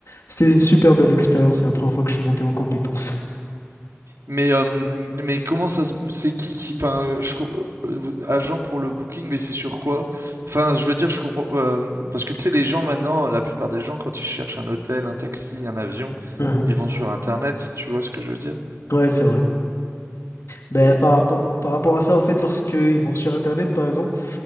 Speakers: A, on the left; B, on the right.
A: C'était une super belle expérience et la première fois que je suis monté en compétence. <laughs>
B: Mais euh, mais comment ça se... c'est qui qui enfin euh, je co- euh, vous- agent pour le booking mais c'est sur quoi? Enfin, je veux dire, je comprends euh, parce que tu sais les gens maintenant, la plupart des gens quand ils cherchent un hôtel, un taxi, un avion,
A: Mhm.
B: ils vont sur Internet, tu vois ce que je veux dire?
A: Ouais, c'est vrai. Ben,
B: Mais
A: par rapport, par rapport à ça, au fait, lorsqu'ils vont sur Internet, par exemple,